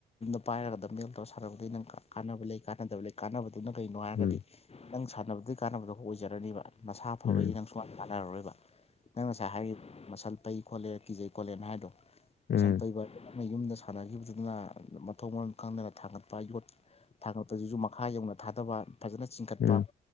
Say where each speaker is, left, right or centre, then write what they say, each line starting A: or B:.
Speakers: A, on the left; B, on the left.
A: <unintelligible> ꯄꯥꯏꯔꯒꯗ ꯃꯜ ꯇꯧꯔ ꯁꯥꯟꯛꯅꯕꯗ ꯅꯪ ꯀꯥꯟꯅꯕ ꯂꯩ ꯀꯥꯟꯅꯗꯕ ꯂꯩ ꯀꯥꯟꯅꯕꯗꯨꯅ ꯀꯩꯅꯣ ꯍꯥꯏꯔꯒꯗꯤ
B: ꯎꯝ
A: ꯅꯪ ꯁꯥꯟꯅꯕꯗꯩ ꯀꯥꯟꯅꯕꯗ ꯑꯣꯏꯖꯔꯅꯤꯕ ꯅꯁꯥ ꯐꯕꯒꯤ
B: ꯎꯝ
A: ꯅꯪ ꯁꯨꯡꯃꯅ ꯀꯥꯟꯅꯔꯔꯣꯏꯕ ꯅꯪ ꯉꯁꯥꯏ ꯍꯥꯏꯔꯤ ꯃꯁꯜ ꯄꯩ ꯈꯣꯠꯂꯦ ꯀꯤꯖꯩ ꯈꯣꯠꯂꯦꯅ ꯍꯥꯏꯕꯗꯣ
B: ꯎꯝ
A: ꯃꯁꯜ ꯄꯩꯕꯅ ꯌꯨꯝꯗ ꯁꯥꯟꯅꯈꯤꯕꯗꯨꯅ ꯃꯊꯣꯡ ꯃꯔꯣꯟ ꯈꯪꯗꯅ ꯊꯥꯡꯒꯠꯄ ꯌꯣꯠ ꯊꯥꯡꯒꯠꯄꯁꯤꯁꯨ ꯃꯈꯥ ꯌꯧꯅ ꯊꯥꯗꯕ ꯐꯖꯅ ꯆꯤꯡꯈꯠꯄ
B: ꯎꯝ